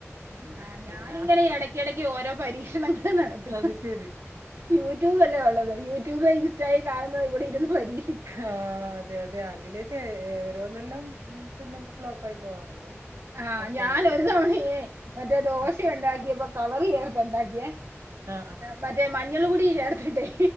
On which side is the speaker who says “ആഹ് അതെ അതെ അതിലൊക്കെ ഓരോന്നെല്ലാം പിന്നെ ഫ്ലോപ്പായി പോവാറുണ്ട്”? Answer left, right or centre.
Right